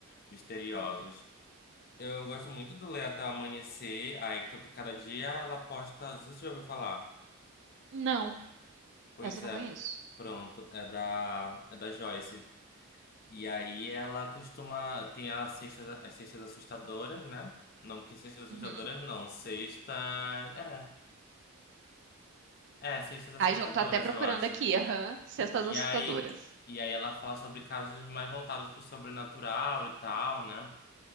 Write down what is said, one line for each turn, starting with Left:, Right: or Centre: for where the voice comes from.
Left: misteriosos.
Right: uhum.
Left: Eu gosto muito do Ler Até o Amanhecer. Aí, ca- cada dia ela posta. Não sei se você já ouviu falar.
Right: Não,
Left: Pois
Right: essa eu
Left: é,
Right: não conheço.
Left: pronto. É da, é da Joyce. E aí ela costuma. Tem as sextas, as sextas assustadoras, né? Não, que sextas
Right: Uhum.
Left: assustadoras não. Sexta. É. É, sextas assustadoras,
Right: Ai, já tô até procurando
Left: eu acho.
Right: aqui. Aham. Cestas
Left: E
Right: assustadoras.
Left: aí. E aí ela fala sobre casos mais voltados pro sobrenatural e tal, né?